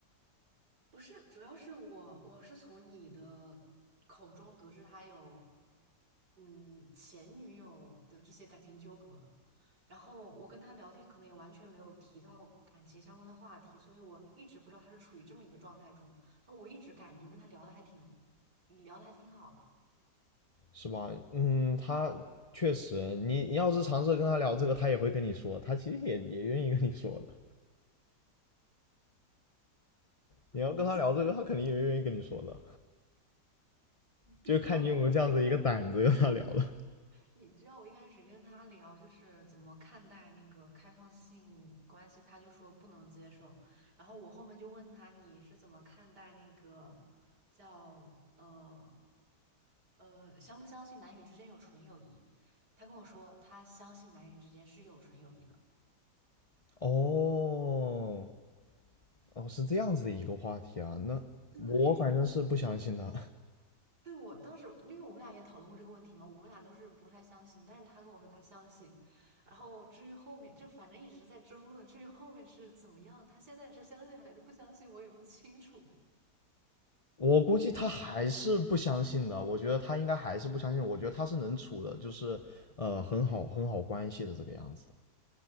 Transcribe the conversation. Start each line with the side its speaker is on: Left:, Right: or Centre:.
Right: 不是，主要是我我是从你的口中得知他有嗯前女友的这些感情纠葛，然后我跟他聊天可能也完全没有提到感情相关的话题，所以我一直不知道他是处于这么一个状态中，但我一直感觉跟他聊的还挺聊的还挺好的。
Left: 是吧？嗯，他确实，你你要是尝试跟他聊这个，他也会跟你说，他其实也也愿意跟你说的。你要跟他聊这个，
Right: 不是，
Left: 他肯定也愿意跟你说的，就看你有没有这样子一个胆子跟他聊了。
Right: 你知道吗？我一开始。你知道我一开始跟他聊就是怎么看待那个开放性关系，他就说不能接受。然后我后面就问他你是怎么看待那个叫呃呃相不相信男女之间有纯友谊？他跟我说他相信男女之间是有纯友谊的。
Left: <laughs> 哦，哦，是这样子的一个话题啊，那我反正是不相信的。
Right: 对，对，我当时，因为我们俩也讨论过这个问题嘛，我们俩都是不太相信，但是他跟我说他相信，然后至于后面就反正一直在争论，至于后面是怎么样，他现在是相信还是不相信，我也不清楚。
Left: 我估计他还是不相信的，我觉得他应该还是不相信，我觉得他是能处的，就是呃很好很好关系的这个样子的。